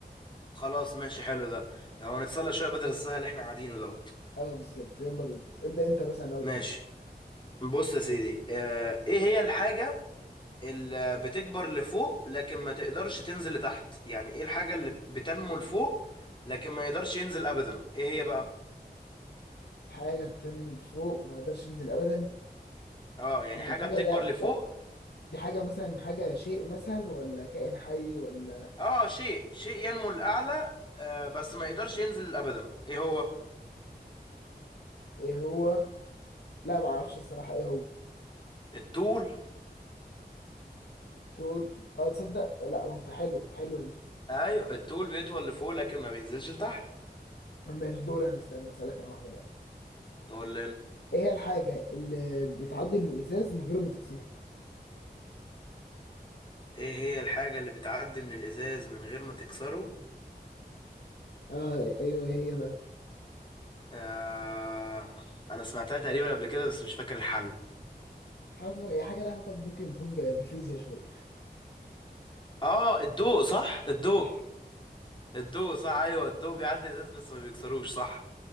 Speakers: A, on the left (about 30°); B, on the left (about 80°).
A: خلاص ماشي حلو ده يعني نتسلى شوية بدل الزهق اللي احنا قاعدينه دوت
B: اه بالظبط يلا بينا ابدا انت مثلا اول
A: ماشي
B: سؤال
A: بص يا سيدي آه، ايه هي الحاجة اللي بتكبر لفوق لكن ما تقدرش تنزل لتحت يعني ايه الحاجة اللي بت- بتنمو لفوق لكن ما يقدرش ينزل ابدا ايه هي بقى
B: حاجه بتنزل فوق وما يقدرش ينزل ابدا
A: اه يعني
B: الحاجه
A: حاجة بتكبر
B: ده
A: لفوق
B: ده دي حاجه مثلا حاجه شيء مثلا ولا كائن حي ولا
A: اه شيء شيء ينمو للأعلى آه بس ما يقدرش ينزل أبدا ايه هو
B: ايه هو لا ما اعرفش الصراحه ايه هو
A: الطول
B: تقول اه تصدق لا منطق حلوه حلوه دي
A: ايوه الطول بيطول لفوق لكن ما بينزلش لتحت
B: طب ماشي دور انا استنى اسالك انا واحده بقى
A: اقول لنا
B: ايه هي الحاجة اللي بتعدي من الإزاز من غير ما تكسره؟
A: ايه هي الحاجة اللي بتعدي من الإزاز من غير ما تكسره
B: آه أيوه إيه هي بقى
A: آه انا سمعتها تقريبا قبل كده بس مش فاكر الحل
B: حاسس هي حاجة لها علاقة ممكن تكون ب- بالفيزياء شوية
A: اه الضوء صح الضوء
B: صح
A: الضوء صح ايوه الضوء بيعدي الإزاز بس ما بيكسروش صح